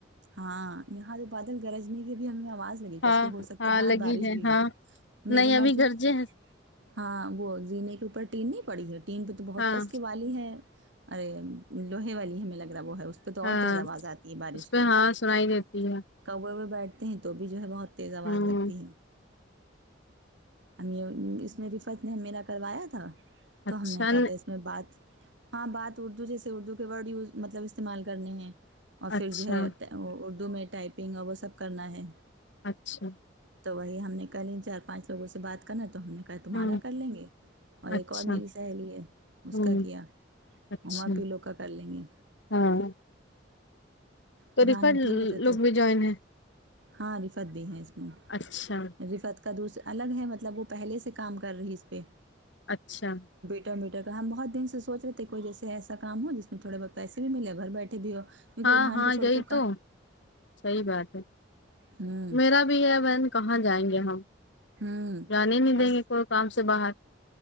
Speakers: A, on the right (about 80°); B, on the left (about 75°).
A: ہاں یہاں تو پاتل گرجنے کی بھی ہمیں آواز لگی
B: ہاں
A: کس کہ ہو سکتا
B: ہاں
A: ہے باہر
B: لگی
A: بارش
B: ہے
A: بھی ہوئی
B: ہاں
A: میرے
B: نہیں
A: وہاں
B: ابھی
A: جو
B: گرجے
A: ہے
B: ہیں
A: ہاں وہ زینے کے اوپر ٹین نہیں پڑی ہے ٹین پہ تو بہت
B: ہاں
A: کس کے والی ہے ارے لوہے والی ہمیں لگ رہا ہے وہ ہے اس پہ تو
B: ہاں
A: اور تیز آواز آتی ہے بارش
B: اس پہ
A: کی
B: ہاں سنائی
A: ایک
B: دیتی ہے
A: کوے ہوئے بیٹھتے ہیں تو بھی جو ہے بہت تیز آواز
B: ہوں
A: لگتی ہے ہم یہ اس میں رفر نے میرا کروایا تھا تو
B: اچھا
A: ہم نے کہا
B: ن-
A: تھا اس بات ہاں بات اردو جیسے اردو کے ورڈ یوز مطلب استعمال کرنے ہیں اور پھر
B: اچھا
A: جو ہے او اردو میں ٹائپنگ اور وہ سب کرنا ہے
B: اچھا
A: تو وہی ہم نے کل ان چار پانچ لوگوں سے بات کرنا تو ہم نے کہ تمہارا
B: ہوں
A: کر لیں گے اور ایک
B: اچھا
A: اور میری سہیلی ہے اس
B: ہوں
A: کا کیا
B: اچھا
A: ہم اپ ہی لوگ کا کر لیں گے
B: ہاں تو
A: قرحن
B: ریفر
A: اٹھے ہوئےتے
B: لوگ
A: تو
B: بھی جوائن ہے
A: ہاں رفت بھی ہے اس میں
B: اچھا
A: رفت کا دوسر الگ ہے مطلب وہ پہلے سے کام کر رہی ہے اس پہ
B: اچھا
A: ٹر میٹر کا ہم بہت دن سوچ رہے کوئی جیسے ایسا کام ہو جس میں تھوڑے بہت پیسے بھی ملیں ہو گھر بیٹھے بھی ہو کیونکہ
B: ہاں
A: اورحان
B: ہاں
A: کو چوڑ
B: یہی
A: کر
B: تو صحیح بات ہے
A: ہوں
B: میرا بھی ہے بہن کہاں جائیں گے ہم
A: ہوں
B: جانے نہیں
A: اور
B: دیں گے کوئی کام سے باہر